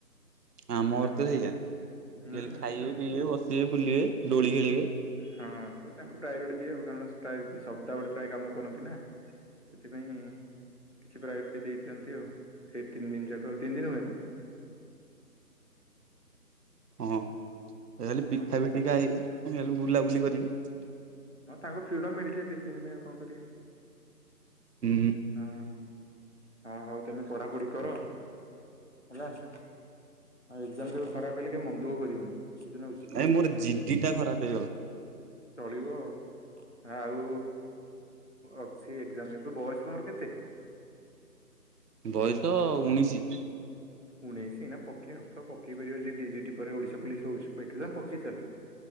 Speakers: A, on the right; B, on the left.
A: ଆମର
B: ସେଇ ହେଲା କଥା
A: ଘରେ ତ ସେଇଆ
B: ହୁଁ
A: ଖାଲି ଖାଇବେ ପିଇବେ ବସିବେ ବୁଲିବେ ଦୋଳି ଖେଳିବେ।
B: ହଁ ସେ ତାଙ୍କୁ ପ୍ରାୟୋରିଟି ଦିଏ ଆଉ କାରଣ ପ୍ରାୟ ସଦା ବେଳେ ପ୍ରାୟ କାମ କରନ୍ତି ନା। ସେଥିପାଇଁ କିଛି ପ୍ରାୟୋରିଟି ଦେଇଦିଅନ୍ତି ଆଉ ସେଇ ତିନି ଦିନ ଯାକ ଆଉ। ତିନି ଦିନ ହୁଏ ନା?
A: ହଁ ହେରା ଖାଲି
B: ହଁ
A: ପିଠା
B: ହଁ।
A: ପିଠି ଖାଇବେ <unintelligible> ବୁଲାବୁଲି କରିବେ।
B: ହଁ ତାଙ୍କୁ ଫ୍ରିଡମ ମିଳିଚି ଏ ଦିଇ ତିନ ଦିନ ପାଇଁ କଣ କରିବେ।
A: ହୁଁ।
B: ହଁ ହଁ ହୋଉ ତାହେଲେ ପଢାପଢି କର। ହେଲା ଆଉ ଏକ୍ଜାମ ଯେବେ ଖରାପ ହେଲେ କେବେ ମନ ଦୁଃଖ କରିବନି। ବୁଝୁଛ ନା ବୁଝୁନ
A: ନାଁଇ ମୋର ଜିଡିଟା ଖରାପ ହେଇଗଲା।
B: ଚଳିବ। ଆଉ ଅକ୍ଛି ଏକ୍ଜାମ ଏବେ। ଏବେ ବୟସ ତମର କେତେ?
A: ବୟସ ଉଣିଶି।
B: ଉଣେଇଶି ନା ପକେଇବାକୁ ତ ପକେଇ ପାରିବ ଜିଡି ପରେ ଓଡିଶା ପୋଲିସ ରହୁଛି ପେଇ ପକେଇ ଚାଲ